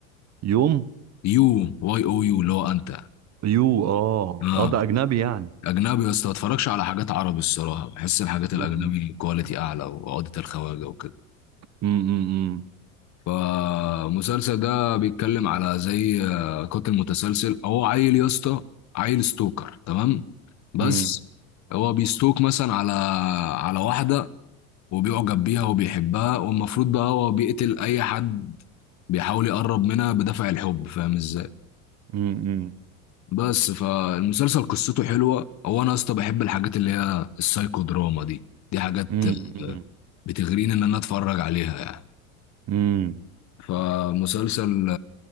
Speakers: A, on the right; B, on the left.
A: يوم
B: يو واي او يو اللي هو انت
A: يو اه
B: اه
A: اه ده اجنبي يعني
B: اجنبي يا اسطى ما اتفرجش على حاجات عربي الصراحه بحس الحاجات
A: مم.
B: الاجنبي كواليتي اعلى وعقده الخواجه وكده
A: مم. مم.
B: فالمسلسل ده بيتكلم على زي آه، قاتل متسلسل هو عيل يا اسطى عيل ستوكر تمام بس
A: مم.
B: هو بيستوك مثلا على على واحدة وبيعجب بيها وبيحبها والمفروض بقى هو بيقتل أي حد بيحاول يقرب منها بدافع الحب فاهم ازاي
A: مم. مم.
B: بس فالمسلسل قصته حلوة هو أنا يا اسطى بحب الحاجات اللي هي السايكو دراما دي دي حاجات
A: مم. مم.
B: آه، بتغريني إن أنا أتفرج عليها يعني
A: امم
B: فمسلسل